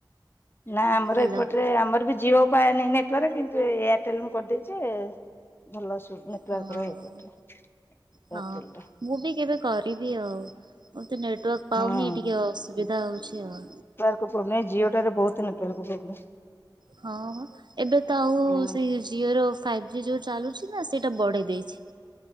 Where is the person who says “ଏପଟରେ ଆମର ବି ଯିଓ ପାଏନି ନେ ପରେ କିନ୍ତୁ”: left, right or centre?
Left